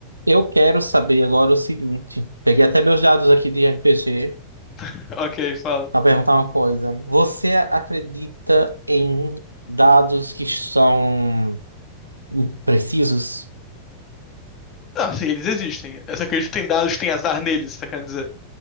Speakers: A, on the right; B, on the left.
A: Eu quero saber agora o seguinte. Peguei até meus dados aqui de RPG
B: <laughs> Ok, fala.
A: para perguntar uma coisa. Você acredita em dados que são imprecisos?
B: Não, sim, eles existem. Eu só acredito que tem dados que tem azar neles, tá querendo dizer?